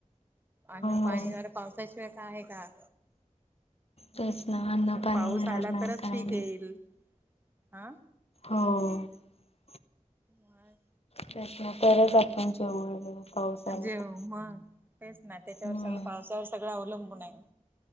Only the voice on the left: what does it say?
हो
तेच ना अन्न पाणी
येणार
नाही
काय
नाही
हो
त्यातनं परत आपण पाऊस आला
तर
हम्म